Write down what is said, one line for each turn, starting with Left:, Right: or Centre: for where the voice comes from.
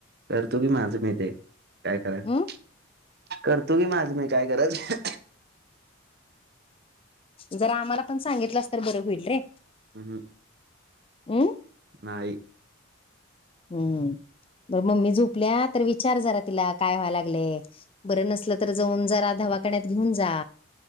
Right: करतो की माझं मी ते काय करायचं
Left: हम्
Right: करत करतू की माझ मी काय करायचं
Left: जर आम्हाला पण सांगितलास तर बरं होईल रे
Right: हम् ह...
Left: हम्
Right: नाई
Left: हम्म बरं मम्मी झोपलिया तर विचार जरा तिला काय व्हाय लागलंय? बरं नसलं तर जाऊन जरा दवाखान्यात घेऊन जा